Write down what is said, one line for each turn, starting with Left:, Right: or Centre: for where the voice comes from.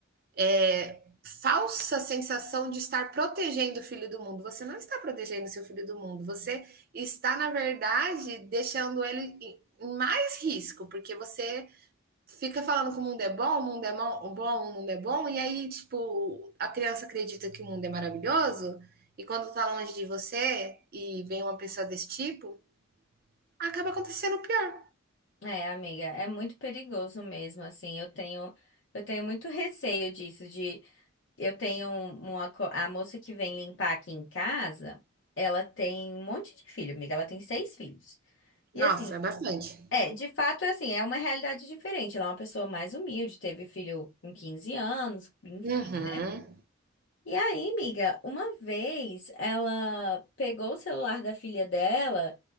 Right: é, falsa sensação de estar protegendo o filho do mundo. Você não está protegendo seu filho do mundo, você está, na verdade, deixando ele em mais risco, porque você fica falando que o mundo é bom, o mundo é bom, o mundo é bom, e aí, tipo, a criança acredita que o mundo é maravilhoso, e quando tá longe de você e vem uma pessoa desse tipo, acaba acontecendo pior.
Left: É, amiga, é muito perigoso mesmo, assim, eu tenho eu tenho muito receio disso de eu tenho uma co- a moça que vem limpar aqui em casa, ela tem um monte de filho, amiga, ela tem seis filhos. E
Right: Nossa,
Left: assim,
Right: bastante.
Left: É, de fato, é assim, é uma realidade diferente. Ela é uma pessoa mais humilde, teve filho com 15 anos, enfim,
Right: Uhum.
Left: né? E aí, amiga, uma vez ela pegou o celular da filha dela